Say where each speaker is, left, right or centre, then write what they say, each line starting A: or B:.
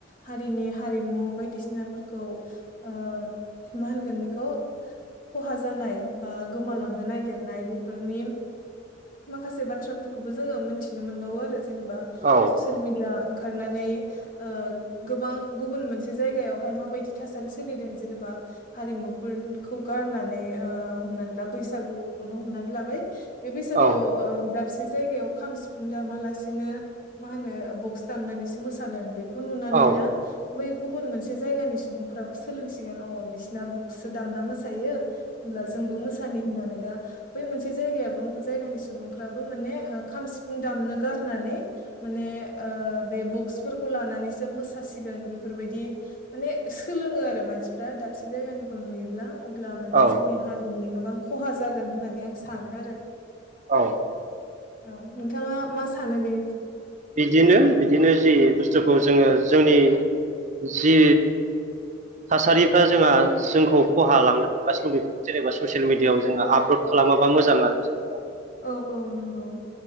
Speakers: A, on the left; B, on the right.
A: हारिनि हारिमु बायदिसिनाफोरखौ ओ मा होनगोन बेखौ खहा जानाय बा गोमालांनो नागिरनाय बेफोरनि माखासे बाथ्राफोरखौबो जोङो मिनथिनो मोनबावो आरो जेनेबा
B: औ
A: ससियेल मिडिया ओं खारनानै ओ गोबां गुबुन मोनसे जायगायावहाय माबायदि थासारि सोलिदों जेनेबा हारिमुफोरखौ गारनानै ओ हमनानै ला बैसागुखौनो हमनानै लाबाय। बे बैसागुआव
B: औ
A: ओ दाबसे जायगायाव खाम सिफुं दामालासे बिदिनो मा होनो बक्स दामनानैसो मोसादों बेखौ नुनानैनो
B: औ
A: बै गुबुन मोनसे जायगानि सुबुंफोराबो सोलोंसिगोन अ बिसिना बुक्सो दामना मोसायो। होमब्ला जोंबो मोसानि होननानै दा बै मोनसे जायगायाबो जायगानि सुबुंफ्राबो माने ओ खाम सिफुं दामनो गार नानै माने ओ बे बक्सफोरखौ लानानैसो मोसासिगोन। बेफोरबायदि माने सोलोङो आरो मानसिफ्रा दाबसे जायगानिखौ नुयोब्ला अब्ला माने
B: औ
A: जोंनि हारिनि गोबां खहा जागोन होननानै आं सानो आरो
B: औ
A: औ नोंथाङा मा सानो बे
B: बिदिनो बिदिनो जि बुस्थुखौ जोङो जोंनि जि थासारिफ्रा जोंहा जोंखौ खहा लांनो थासिनो बेफोरखौ जेनेबा ससियेल मिडियआव जोङो
A: औ
B: आपल'ड खालामाबा मोजां आरो जेनेबा
A: औ औ नंगौ